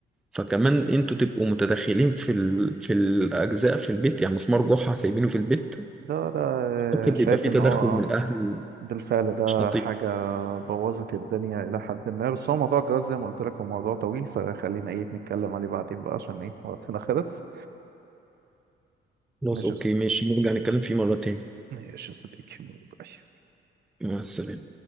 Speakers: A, in the centre; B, on the right (about 55°).
A: فكمان انتوا تبقوا متدخلين في ال... في الاجزاء في البيت يعني مسمار جحا سايبينه في البيت
B: ده ده آه،
A: ممكن
B: شايف
A: بيبقى فيه
B: ان
A: تدخل
B: هو آه،
A: من الاهل
B: بالفعل ده
A: مش لطيف
B: حاجة بوظت الدنيا إلى حد ما بس هو موضوع الجواز زي ما قلت لك هو موضوع طويل فخلينا إيه نتكلم عليه بعدين بقى عشان إيه وقتنا خلص
A: خلاص
B: ماشي
A: اوكي
B: يا أستاذ.
A: ماشي نرجع نتكلم فيه مرة تاني
B: ماشي يا صديقي باي.
A: مع السلامة